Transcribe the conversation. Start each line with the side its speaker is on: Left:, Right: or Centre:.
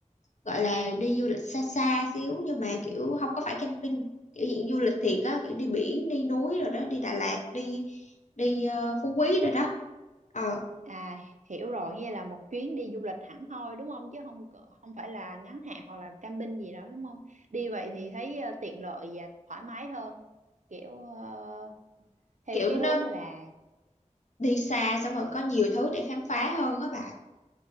Left: gọi là đi du lịch xa xa xíu nhưng mà kiểu không có phải camping kiểu diện du lịch thiệt á kiểu đi biển đi núi rồi đó đi Đà Lạt đi đi ờ, Phú Quý rồi đó ờ
Right: à hiểu rồi như là một chuyến đi du lịch hẳn hoi đúng không chứ không cỡ- không phải là ngắn hạn hoặc là camping gì đó đúng không đi vậy thì thấy ờ, tiện lợi và thoải mái hơn kiểu ờ, theo
Left: kiểu
Right: cái hướng
Left: nó
Right: là
Left: đi xa xong
Right: ờ,
Left: rồi có nhiều thứ để khám phá hơn á bà